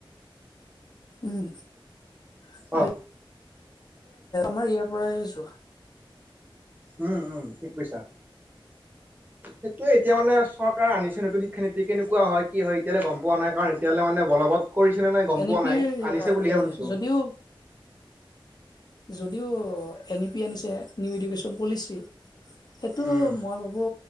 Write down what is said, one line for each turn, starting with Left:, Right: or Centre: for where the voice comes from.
Left: উম <unintelligible>
Right: অ
Left: পৰাই আহিছো
Right: উম উম ঠিক কৈছা সেইটোয়ে এতিয়া মানে চৰকাৰে আনিছে নতুন শিক্ষানীতি কেনেকুৱা হয় কি হয় এতিয়ালৈ গম পোৱাাই কাৰণ এতিয়ালৈ মানে বলবৎ কৰিছেনে নাই গম
Left: এন
Right: পোৱা
Left: ই পিৰ
Right: নাই আনিছে বুলিহে শুনিছো।
Left: যদিও যদিও এন ই পি আনিছে নিউ এডুকেশ্যন পলিচি সেইটো
Right: উম
Left: মই ভাবো